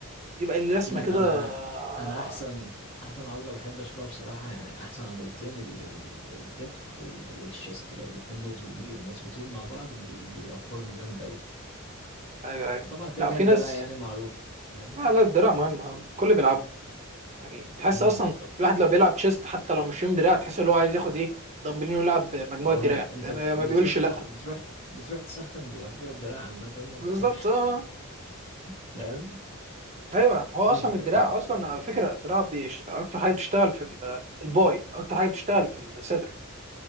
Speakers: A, on the right; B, on the left.
A: يبقى اللي رسمه
B: إن
A: كده
B: انا
A: آه،
B: انا احسن احسن عضلة بحب اشوفها بصراحة يعني احسن عضلتين ال ال الكتف وال والشيست لو الاتنين مظبوطين مظبوطين مع بعض بي- بيبقى فورم جامد قوي
A: ايوه ايوه
B: وطبعا كده
A: لا
B: كده
A: في
B: الدراع
A: ناس
B: يعني معروفة فاهم
A: لا لا الدراع مهم كل بيلعبها يعني تحس
B: امم
A: اصلا
B: بالظبط
A: الواحد لو بيلعب تشيست حتى لو مش يوم دراع تحس ان هو عايز ياخد ايه دمبلين ويلعب مجموعه
B: اه
A: دراع
B: انت
A: ما
B: بتروح
A: ما بيقولش
B: تاخد
A: لا
B: بتروح بتروح تسخن بمجموع الدراع عامة وبتروح
A: بالظبط اه
B: فاهم
A: ايوه هو
B: طب،
A: اصلا الدراع
B: آه،
A: اصلا على فكره الدراع بيش... اكتر حاجه بتشتغل في ال- الباي اكتر حاجه بتشتغل في الصدر